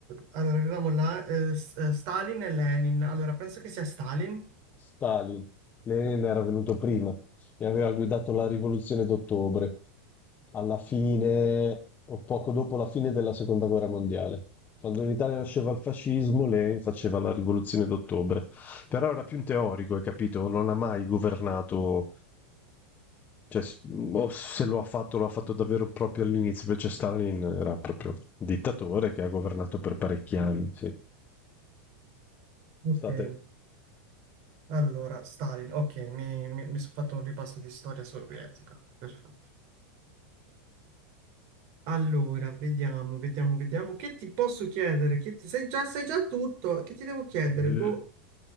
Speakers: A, on the right; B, on the left.
A: allora, avevamo la, eh, S- eh, Stalin e Lenin. Allora, penso che sia Stalin.
B: Stalin. Lenin era venuto prima e aveva guidato la rivoluzione d'ottobre, alla fine o poco dopo la fine della seconda guerra mondiale. Quando in Italia nasceva il fascismo, Lenin faceva la rivoluzione d'ottobre. Però era più un teorico, hai capito? Non ha mai governato Cioè, s- o se lo ha fatto, lo ha fatto davvero proprio all'inizio, invece Stalin era proprio un dittatore che ha governato per parecchi anni, sì.
A: Ok,
B: State...
A: allora, Stalin. Ok, mi, mi- mi sono fatto un ripasso di storia sovietica. Perfetto. Allora, vediamo, vediamo, vediamo. Che ti posso chiedere? Che ti, sai già, sai già tutto. Che ti devo chiedere?
B: Eh.
A: Boh,